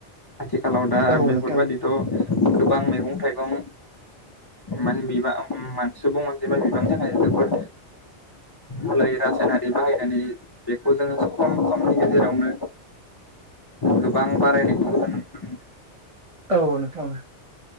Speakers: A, on the left; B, on the right.
A: आथिखालाव दा
B: औ
A: बेफोरबायदिथ'
B: नोंथां
A: गोबां मैगं थाइगं मान बिबां मानसि सुबुं जेनबा बिबांनि थाखाय जोबोर मलै रासायनारि बाहायनानै बेखौ जोङो सम समनि गेजेरावनो गोबां बारायनायखौ जों नुनो मोनो
B: औ नोंथां